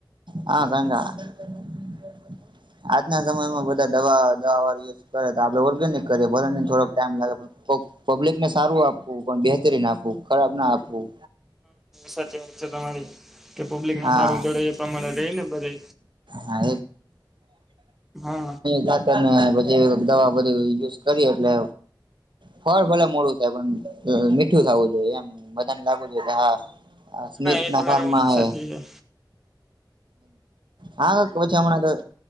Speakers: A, on the right (about 70°); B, in the centre.
A: હા કંકા <unintelligible> આજના સમયમાં બધા દવા દવા વાળ કરે આપણે ઓર્ગેનિક કરે ભલે ને થોડોક ટાઈમ લાગે પણ પબ્લિક ને સારું આપવું પણ બેહતરીન આપવું, ખરાબ ના આપવું.
B: સાચી વાત છે, તમારી કે પબ્લિકને
A: હા
B: સારું ચડે. પ્રમાણે રહીને બધા
A: હા
B: <unintelligible> હા
A: ખાતરને પછી દવા બધી યુઝ કરી એટલે. ફળ ભલે મોડું થાય પણ મીઠું થાવું જોઈએ એમ બધન લાગવું જોઈએ, કે હા હ સ્મિત
B: એ
A: ના
B: તમારી
A: ફાર્મા
B: વાત
A: હે.
B: સાચી છે
A: હાલો હ કોચમણા.